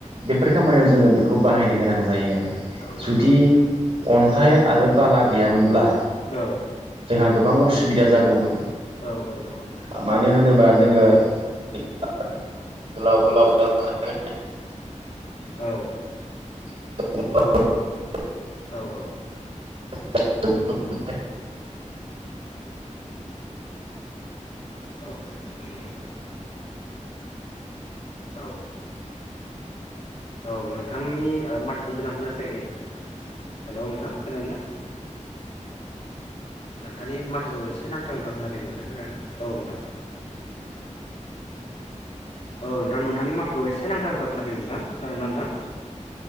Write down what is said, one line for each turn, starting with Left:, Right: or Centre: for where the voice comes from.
Right: बेफोर खामानियाव जोङो बेखौ बाहायनो गोनां जायो।
Left: औ नंगौ
Right: जुदि
Left: नोंथां
Right: अन्थाइ आरो बाला गैयामोनब्ला
Left: औ
Right: जोंहा गोबां उस बिदा जागौमोन
Left: औ औ नंगौ नोंथां
Right: मानो होनोबा जोङो <unintelligible>
Left: औ
Right: <unintelligible>
Left: औ औ
Right: <unintelligible>
Left: औ नोंगौ ओनथां औ औ नोंथांनि माथोखौ मोजां खोनाफैाखै हेलौ नोंथां खोनादोंना नोंथांनि माथोखौ एसे नांथा नांथा खोनाफैदों नोंथां <unintelligible> औ नोंथां औ नोंथां नोंथांनि माथोखौ एसे नांथा नांथा खोनाफैदों नोंथां खोनादोंना नोंथां?